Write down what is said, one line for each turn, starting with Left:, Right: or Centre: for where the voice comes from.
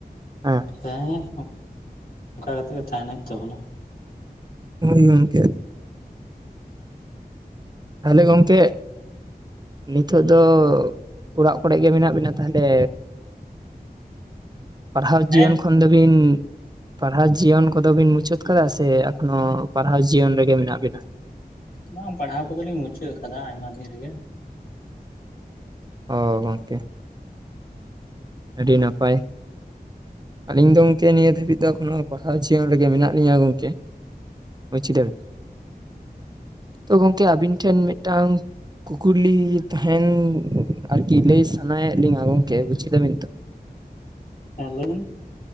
Right: ᱦᱮᱸ।
Left: ᱦᱮᱸ ᱦᱮᱸ ᱚᱱᱠᱟ ᱠᱟᱛᱮ ᱜᱮ ᱛᱟᱦᱮᱱ ᱦᱩᱭᱩᱜ ᱛᱟᱵᱚᱱᱟ।
Right: ᱦᱳᱭ ᱜᱚᱝᱠᱮ। ᱛᱟᱦᱚᱞᱮ ᱜᱚᱝᱠᱮ ᱱᱤᱛᱚᱜ ᱫᱚ ᱚᱲᱟᱜ ᱠᱚᱨᱮ ᱜᱮ ᱢᱮᱱᱟᱜ ᱵᱤᱱᱟ ᱛᱟᱦᱚᱞᱮ? ᱯᱟᱲᱦᱟᱣ ᱡᱤᱭᱚᱱ
Left: ᱦᱮᱸ
Right: ᱠᱷᱚᱱ ᱫᱚᱵᱤᱱ ᱯᱟᱲᱦᱟᱣ ᱡᱤᱭᱚᱱ ᱠᱚᱫᱚ ᱵᱤᱱ ᱢᱩᱪᱟᱹᱫ ᱟᱠᱟᱫᱟ ᱥᱮ ᱮᱠᱷᱚᱱᱚ ᱯᱟᱲᱦᱟᱣ ᱡᱤᱭᱚᱱ ᱨᱮᱜᱮ ᱢᱮᱱᱟᱜ ᱵᱤᱱᱟ?
Left: ᱵᱟᱝ ᱯᱟᱲᱦᱟᱣ ᱠᱚᱫᱚᱞᱤᱧ ᱢᱩᱪᱟᱹᱫ ᱟᱠᱟᱫᱟ ᱟᱭᱢᱟ ᱫᱤᱱ ᱨᱮᱜᱮ।
Right: ᱚ ᱜᱚᱝᱠᱮ। ᱟᱹᱰᱤ ᱱᱟᱯᱟᱭ। ᱟᱞᱤᱧ ᱫᱚ ᱜᱚᱝᱠᱮ ᱱᱤᱭᱟᱹ ᱫᱷᱟᱹᱵᱤᱡ ᱫᱚ ᱮᱠᱷᱚᱱᱳ ᱯᱟᱲᱦᱟᱣ ᱡᱤᱭᱚᱱ ᱨᱮᱜᱮ ᱢᱮᱱᱟᱜ ᱞᱤᱧᱟᱹ ᱜᱚᱝᱠᱮ। ᱵᱩᱡ ᱠᱮᱫᱟᱵᱤᱱ? ᱛᱚ ᱜᱚᱝᱠᱮ ᱟᱵᱤᱱ ᱴᱷᱮᱱ ᱢᱤᱫᱴᱟᱝ ᱠᱩᱠᱞᱤ ᱛᱟᱦᱮᱱ ᱟᱨᱠᱤ ᱞᱟᱹᱭ ᱥᱟᱱᱟᱭ ᱥᱟᱱᱟᱭᱮᱫ ᱞᱤᱧᱟ ᱜᱚᱝᱠᱮ ᱵᱩᱪ ᱠᱮᱫᱟ ᱵᱤᱱ।
Left: ᱦᱮᱸ ᱞᱟᱹᱭᱵᱤᱱ।